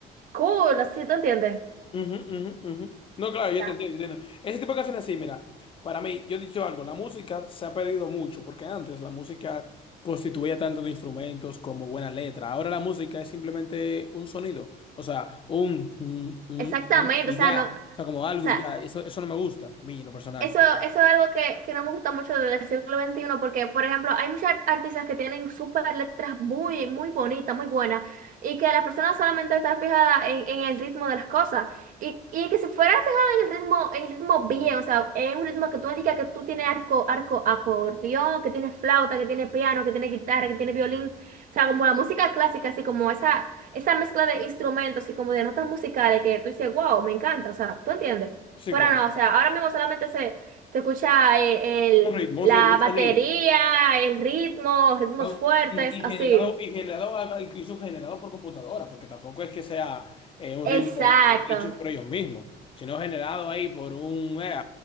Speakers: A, on the right; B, on the left.
A: cool, así, ¿te entiendes?
B: Ujú, ujú, ujú. No, claro, yo
A: Ya.
B: te entiendo, yo te entiendo. Ese tipo de canciones así, mira, para mí, yo he dicho algo, la música se ha perdido mucho, porque antes la música constituía tanto de instrumentos como buena letra. Ahora la música es simplemente un sonido, o sea, un, un, un,
A: Exactamente,
B: un, y
A: o sea,
B: ya,
A: no, o
B: o sea, como algo
A: sea,
B: y ya. Eso, eso no me gusta, a mí en lo personal.
A: Eso, eso es algo que, que no me gusta mucho del siglo veintiuno porque, por ejemplo, hay muchas art- artistas que tienen súper letras muy, muy bonitas, muy buenas, y que la persona solamente está fijada en, en el ritmo de las cosas. Y, y que si fuera fijada en el ritmo, en el ritmo bien, o sea, en un ritmo que tú digas que tú tienes arco, arco, acordeón, que tienes flauta, que tienes piano, que tienes guitarra, que tienes violín, o sea, como la música clásica, así como esa, esa mezcla de instrumentos y como de notas musicales que tú dices, wow, me encanta, o sea, ¿tú entiendes?
B: Sí,
A: Pero
B: claro.
A: no, o sea, ahora mismo solamente se, se escucha eh, el,
B: Un ritmo,
A: la
B: un ritmo, un
A: batería,
B: sonido.
A: el ritmo, ritmos
B: au-
A: fuertes,
B: Y, y
A: así.
B: generado, y generado, a- incluso generado por computadora, porque tampoco es que sea eh, un
A: Exacto.
B: ritmo eh, hecho por ellos mismos, sino generado ahí por un, eh,